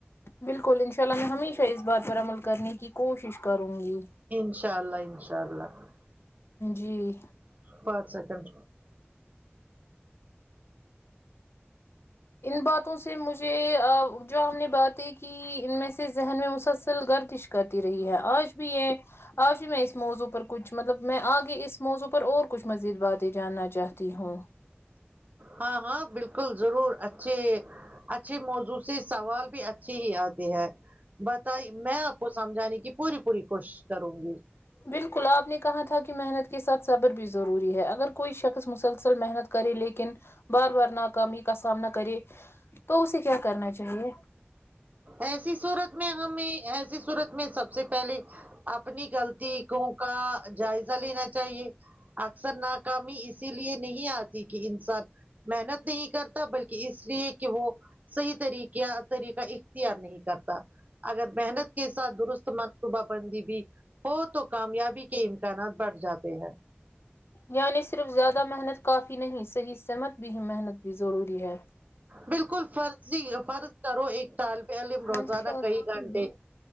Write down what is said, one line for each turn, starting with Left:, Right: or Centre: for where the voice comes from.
Left: بالکل انشاء اللہ میں ہمیشہ اس بات پر عمل کرنے کی کوشش کروں گی
Right: انشاء اللہ انشاء اللہ
Left: جی
Right: پانچ سیکنڈ
Left: ان باتوں سے مجھے آ جو ہم نے باتیں کہ ان میں سے ذہن میں مسلسل گردش کرتی رہی ہے آج بھی یہ آج بھی میں اس موضوع پر کچھ مطلب میں آگے اس موضوع پر اور کچھ مزید باتیں جاننا چاہتی ہوں
Right: ہاں ہاں بالکل ضرور اچھے اچھے موضوع سے سوال بھی اچھی ہی آتی ہے بتائی میں آپ کو سمجھانے کی پوری پوری کوشش کروں گی
Left: بالکل آپ نے کہا تھا کہ محنت کے ساتھ صبر بھی ضروری ہے اگر کوئی شخص مسلسل محنت کرے لیکن بار بار ناکامی کا سامنا کرے تو اسے کیا کرنا چاہیے
Right: ایسی صورت میں ہمیں ایسی صورت میں سب سے پہلے اپنی غلطی ستیکوں کا جائزہ لینا چاہیے اکثر ناکامی اسی لیے نہیں آتی کہ انسان محنت نہیں کرتا بلکہ کی اس لیے کہ وہ صحیح طریقا کا اختیار نہیں کرتا اگر محنت کے ساتھ درست منصوبہ بندی بھی ہو تو کامیابی کے امکانات بڑھ جاتے ہیں
Left: یعنی صرف زیادہ محنت کافی نہیں صحیح سحمت بھی ہے محنت روری ہے
Right: بالکل فرضی فرض کرو ایک طالب علم روزانہ
Left: انتشار
Right: کئی گھنٹے